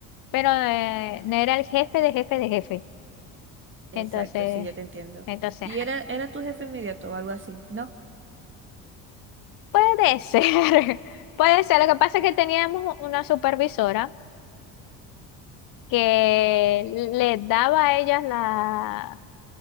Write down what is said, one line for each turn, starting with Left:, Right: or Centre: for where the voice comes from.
Left: pero eh, no era el jefe de jefe de jefe.
Right: Exacto,
Left: Entonces,
Right: sí, ya te entiendo.
Left: entonces,
Right: Y
Left: ajá.
Right: era, era tu jefe inmediato o algo así, ¿no?
Left: Puede ser, <laughs> puede ser. Lo que pasa es que teníamos una supervisora que le daba a ellas la,